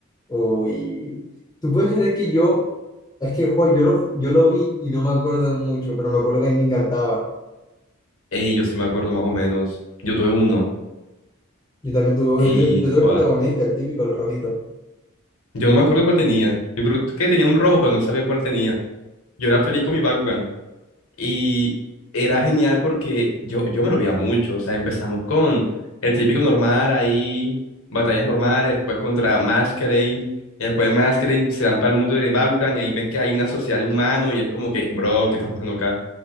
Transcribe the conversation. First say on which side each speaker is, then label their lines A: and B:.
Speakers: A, on the left; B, on the left.
A: Uy. ¿Tú puedes creer que yo, es que, jo, yo lo, yo lo vi y no me acuerdo de mucho, pero me acuerdo que a mí me encantaba.
B: Ey, yo sí me acuerdo más o menos. Yo tuve uno.
A: Yo también tuve uno,
B: Y,
A: yo yo tuve el
B: joda,
A: protagonista, el típico, el rojito.
B: yo no me acuerdo cuál tenía. Yo creo que tenía un rojo, pero no sabía cuál tenía. Yo era feliz con mi Bakugan. Y era genial porque yo, yo me lo veía mucho. O sea, empezamos con el típico normal ahí, batallas normales, después contra Masquerade. Y después de Masquerade se van para el mundo de Bakugan y ahí ven que hay una sociedad de humanos y es como que, bro, ¿qué está pasando acá